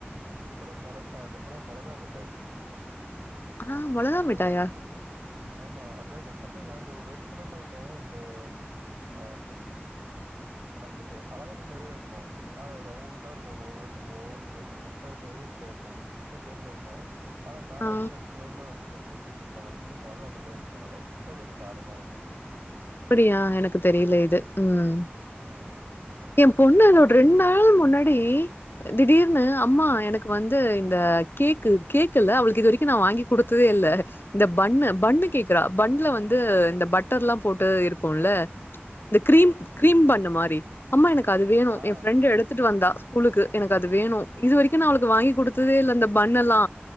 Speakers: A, on the right; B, on the left.
A: அப்பறம் மொள அ அந்த அப்பறம் மொளகா மிட்டாய்
B: ஆ மொளகா
A: அந்த
B: மிட்டாயா
A: ரெட் கலர் மிட்டாய் ஆமா அதானு அதாங்க இந்த ஒரு ரெட் கலர்ல ஒண்ணு இந்த ஆ நம்ளுக்கு தலகாணி மாரியே இருக்கு ஆனா ரவுண்ட் டா இருக்கு ஒரு ஒரு மாரி ஓவல் ஷேப்ல முட்ட சைஸ்ல இருக்கு முட்ட ஷேப்ல இருக்கு ஆனா மேல
B: ஆ
A: வந்து ரெட்கலர்ல வந்துட்டு பூசி வச்சிருப்பாங்க அது வந்து மொளகா மிட்டாயின் சொல்லுவாங்க லைட்டா கொஞ்சோ காரமாருக்கு
B: அப்டியா எனக்கு தெரில இது
A: ஆமா.
B: ம்
A: ஆ அது
B: எ பொண்ணு
A: அப்புறமா
B: <unintelligible>
A: இந்த
B: ரெண் நா ள் முன்னாடி திடீர்னு
A: ம்.
B: அம்மா எனக்கு வந்து இந்த கேக்கு கேக்குல்ல அவளுக்கு இது வரைக்கு நா வாங்கி குடுத்ததே இல்ல இந்த பன்னு பன்னு கேக்குறா பன்ல வந்து இந்த பட்டர்ல்லா போட்டு இருக்குல இந்த கிரீம்
A: ஆ.
B: கிரீம் பன்னு மாரி அம்மா எனக்கு அது வேணு
A: ஆ.
B: எ ஃப்ரெண்டு எடுத்துட்டு வந்தா ஸ்கூலுக்கு எனக்கு அது வேணு இது வரைக்கு நா அவளுக்கு வாங்கி குடுத்ததே இல்ல இந்த பன்னெல்லா